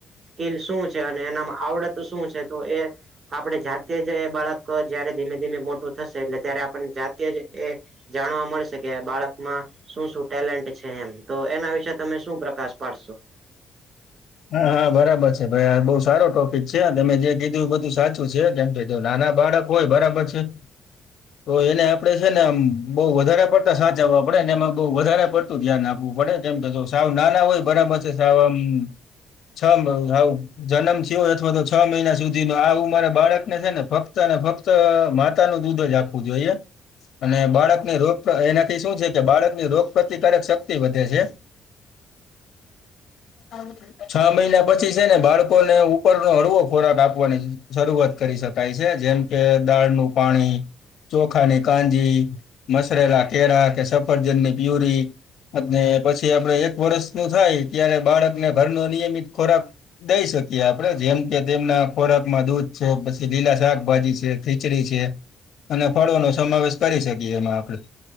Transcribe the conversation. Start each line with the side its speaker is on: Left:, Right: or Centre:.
Right: કીલ શું છે અને એનામાં આવડત શું છે તો એ આપણે જાતે જ એ બાળક જયારે ધીમે ધીમે મોટું થશે એટલે ત્યારે આપને જાતે જ એ જાણવા મળશે કે બાળકમાં શું શું ટેલેન્ટ છે એમ તો એના વિશે તમે શું પ્રકાશ પાડશો?
Left: હા હા બરાબર છે ભાઈ આ બહુ સારો ટોપિક છે તમે જે કીધું એ બધું સાચું છે કેમ કધું નાના બાળક હોય બરાબર છે.
Right: <inaudible>
Left: તો એને આપડે છે નેમ બહુ વધારે પડતા સાચ આવવા પડેને એમાં બહુ વધારે પડતા ધ્યાન આપવું પડે કેમ કે સાવ નાના હોય બરાબર છે સાવ આમ છ બું હઉ. જન્મ થયો અથવા તો છ મહિના સુધીનો આવું મારા બાળકને છે ને ફક્ત અને ફક્ત તો માતા નું દૂધ જ આપવું જોઈએ. અને બાળકની રોગ એનાથી શું છે કે બાળકની રોગ પ્રતિકારક શક્તિ વધે છે.
Right: <inaudible>
Left: <unintelligible> છ મહિના પછી છે ને બાળકોને ઉપરનો હળવો ખોરાક આપવાની છે. શરૂઆત કરી શકાય છે જેમ કે દાળનું પાણી. ચોખાની કાંજી મસરેલા કેળા કે સફરજનની પ્યુરી. અને પછી આપડ એક વર્ષ નું થાય ત્યારે બાળકને ઘરનો નિયમિત ખોરાક. દઈ શકીએ આપડે જેમ કે તેમના ખોરાકમાં દૂધ છે પછી લીલા શાકભાજી છે ખીચડી છે અને ફળોનો સમાવેશ કરી શકીએ એમાં આપણેે.